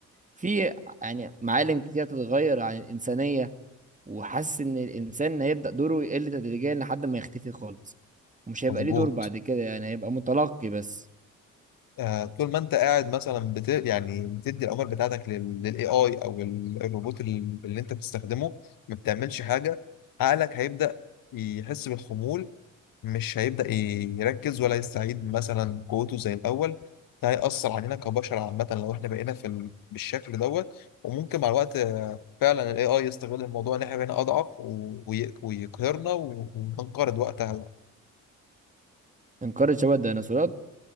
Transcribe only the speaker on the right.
في يعني معالم كتير هتتغير عن الإنسانية وحاسس إن الإنسان هيبدأ دوره يقل تدريجيا لحد ما يختفي خالص ومش هيبقى
ليه دور بعد كده يعني هيبقى متلقي بس
انقرض شبه الديناصورات